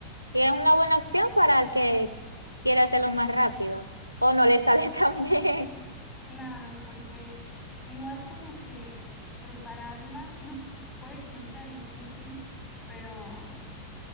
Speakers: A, on the right; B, on the left.
A: Y es una buena opción para el que quiera hacerlo más rápido o no le sale <laughs> tan bien.
B: Claro, porque igual como que prepararla, no, puede que no sea difícil, pero,